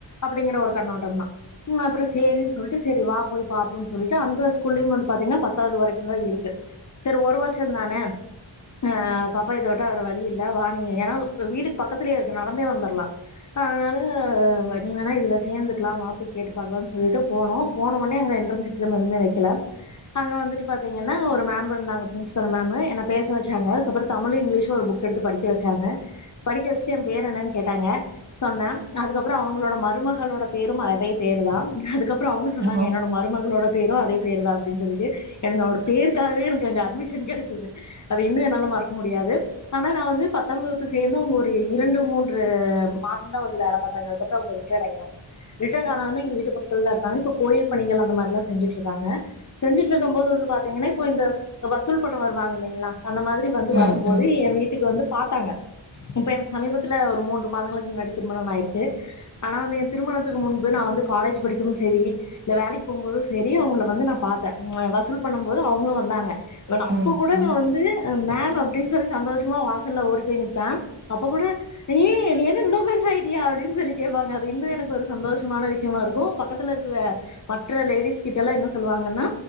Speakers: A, on the left; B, on the right.
A: அப்டிங்கற ஒரு கண்ணோட்டந்தா ம் அப்பறோ சேரின்னு சொல்ட்டு சேரி வா போய் பாப்போன்னு சொல்லிட்டு அந்த ஸ்கூல்லயு வந்து பாத்தீங்கனா பத்தாவது வரைக்குதா இருக்கு சேரி ஒரு வருஷந்தானே அ பாப்பா இத விட்ட வேற வழி இல்ல வா நீ ஏன்னா வீட்டுக்கு பக்கத்துலயே இருக்கு நடந்தே வந்துட்லா அதனால நீ வேணா இதுல சேந்துக்கலா வா போய் கேட்டு பாக்கலானு சொல்லிட்டு போனோ போன ஒடனே அங்க எண்ட்ரன்ஸ் எக்ஸாம் எதுமே வைக்கல அங்க வந்துட்டு பாத்தீங்கன்னா ஒரு மேம் இருந்தாங்க பிரின்ஸிபல் மேம்மு என்ன பேச வச்சாங்க அதுக்கப்றோ தமிழும் இங்கிலீஷம் ஒரு புக் எடுத்து படிக்க வச்சாங்க படிக்க வச்சுட்டு என் பேரு என்னன்னு கேட்டாங்க சொன்ன அதுக்கப்பறோ அவுங்களோட மருமகளோட பேரும் அதே பேருதா அதுக்கப்பறோ அவுங்க சொன்னாங்க
B: ஓஹோ!
A: என்னோட மருமகளோட பேரு அதே பேருதா அப்டின்னு சொல்லிட்டு என்னோட பேருக்காகவே எனக்கு அங்க அட்மிஷன் கெடச்சிது அது இன்னு என்னால மறக்க முடியாது ஆனா நா வந்து பத்தாம் வகுப்பு சேந்து அவங்க ஒரு இரண்டு மூன்று மாதம்தா வந்து வேல பாத்தாங்க அப்றோ அவங்க ரிட்டேடு ஆயிட்டாங்க ரிட்டே டானாலுமே எங் வீட்டு பக்கத்துல தா இருக்காங்க இப்ப கோயில் பணிகள் அந்த மாரி எல்லா செஞ்சிட்டு இருக்காங்க செஞ்சிட்டு இருக்கும்போது வந்து பாத்தீங்கனா இப்போ இந்த வசூல் பண்ண வருவாங்க இல்லைங்களா அந்த மாதிரி வந்து வரும்போ
B: ம், ம்,
A: து ஏ வீட்டுக்கு வந்து பாத்தாங்க இப்ப எனக்கு சமீபத்துல ஒரு மூன்று மாதங்களுக்கு முன்னாடி திருமணம் ஆயிடுச்சு ஆனா வந்து என் திருமணத்துக்கு முன் பு நா வந்து காலேஜ் படிக்கும் போது சேரி இல்ல வேலைக்கு போகும்போது சேரி அவுங்கள வந்து நா பாத்தே அ வசூல் பண்ணும் போது அவுங்களு வந்தாங்க வ நா
B: ம்,
A: அப்ப கூட
B: ம்,
A: நா வந்து மேம் அப்டின்னு சொல்லி சந்தோஷமா வாசல்ல ஓடி போய் நிப்பே அப்ப கூட ஏய் நீ என்ன இவ்ளோ பெருசாயிட்டியா அப்டின்னு சொல்லி கேப்பாங்க அது இன்னு எனக்கு ஒரு சந்தோஷ மான விஷயமா இருக்கு பக்கத்துல இருக்கிற மற்ற லேடிஸ் கிட்ட எல்லா என்ன சொல்லுவாங்கன்னா